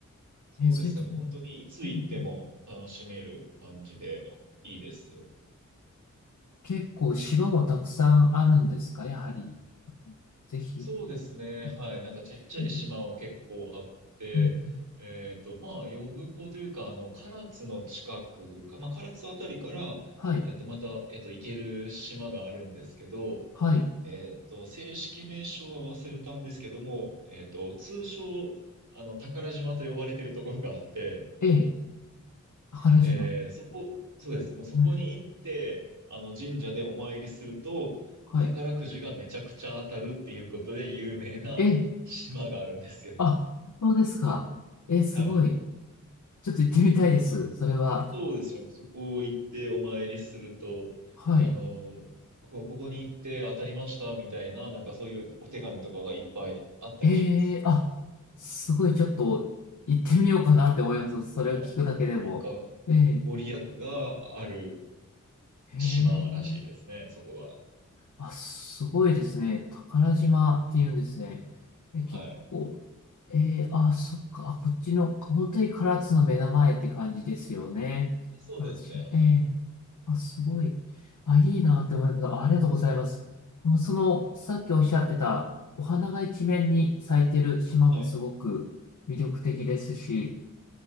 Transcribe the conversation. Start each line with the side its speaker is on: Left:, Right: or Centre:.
Right: そうですね。
Left: え、そういうとこ、
Right: もう本当にいつ行っても楽しめる感じでいいですよ。
Left: うん結構島もたくさんあるんですか、やはり。ぜひ、
Right: そうですね。
Left: い
Right: はい。なんかちっちゃい島は結構あって、
Left: うんうん
Right: えっと、まあ、呼子というか、あの、唐津の近くか、まあ、唐津あたりから、
Left: はい、
Right: えっと、また、えっと、行ける島があるんですけど、
Left: はい、
Right: えっと、正式名称は忘れたんですけども、えっと、通称、あの、宝島と呼ばれてるところがあって、
Left: ええ、宝島。
Right: えーそこ、そうです。もうそこに行って、
Left: はい、
Right: あの神社でお参りすると、
Left: はい。
Right: 宝くじがめちゃくちゃ当たるっていうことで有名な島があるんですよ。
Left: え、あ、そうですか。え、すごい。
Right: はい。
Left: ちょっと行ってみたいです。それは。
Right: そうですよね。そこ行ってお参りすると、
Left: はい。
Right: あの、こ、ここに行って当たりましたみたいな、なんかそういうお手紙とかがいっぱいあったりします。
Left: ええあ、すごいちょっと行ってみようかなって思います。それを聞くだけでも。
Right: はい。なんか、
Left: ええ
Right: ご利益がある
Left: へえ
Right: 島らしいですね、そこは。
Left: あ、すごいですね。宝島っていうんですね。え、結構、
Right: はい。
Left: えー、あ、そっか、あこっちの、本当に唐津の目の前って感じですよね。
Right: そうですね、
Left: 唐津市、
Right: はい。
Left: ええあ、すごい。あ、いいなって思います。あありがとうございます。でもその、さっきおっしゃってた、お花が一面に咲いてる島もすごく魅力的ですし、
Right: はい。